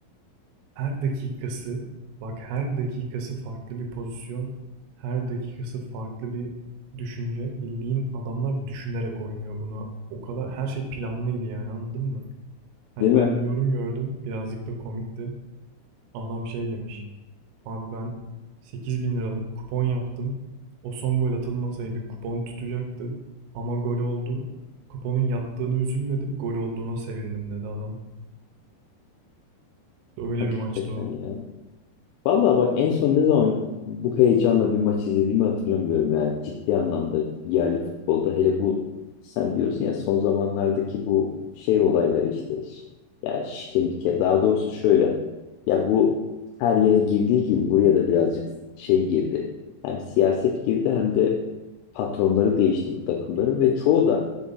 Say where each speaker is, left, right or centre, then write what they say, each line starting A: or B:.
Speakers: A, on the right (about 85°); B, on the left (about 80°).
A: her dakikası bak her dakikası farklı bir pozisyon. Her dakikası farklı bir düşünce. Bildiğin adamlar düşünerek oynuyor bunu. O kadar her şey planlıydı yani anladın mı? Hani
B: Değil mi?
A: ben bir yorum gördüm. Birazcık da komikti. Adam şey demiş. Abi ben 8 bin liralık kupon yaptım. O son gol atılmasaydı kupon tutacaktı. Ama gol oldu. Kuponun yattığını üzülmedim, gol olduğuna sevindim dedi adam. İşte Öyle
B: Hakikaten
A: bir maçtı o.
B: ya. Vallahi bak en son ne zaman bu heyecanla bir maç izlediğimi hatırlamıyorum yani ciddi anlamda yerli futbolda hele bu sen diyorsun ya son zamanlardaki bu şey olayları işte ya şike mike daha doğrusu şöyle ya bu her yere girdiği gibi buraya da birazcık şey girdi hem siyaset girdi hem de patronları değişti bu takımların ve çoğu da